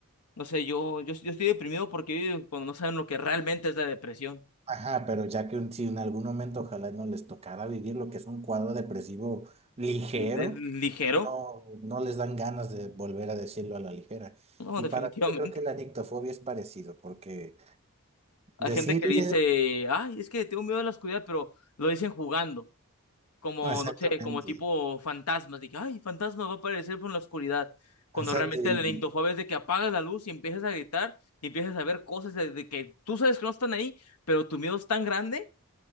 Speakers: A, on the left; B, on the right.
A: no sé, yo, yo, yo estoy deprimido porque cuando no saben lo que realmente es la depresión,
B: Ajá, pero ya que un- si en algún momento ojalá no les tocara vivir lo que es un cuadro depresivo ligero,
A: es ligero.
B: no, no les dan ganas de volver a decirlo a la ligera.
A: No,
B: Y
A: definitivamente.
B: para mí yo creo que la nictofobia es parecido, porque
A: Hay
B: decirle
A: gente que dice, ay, es que tengo miedo a la oscuridad, pero lo dicen jugando, como,
B: exactamente,
A: no sé, como tipo fantasmas. Dije, ay, fantasma va a aparecer por la oscuridad. Cuando
B: exacto,
A: realmente
B: y-
A: la lindofobia es de que apagas la luz y empiezas a gritar y empiezas a ver cosas de, de que tú sabes que no están ahí, pero tu miedo es tan grande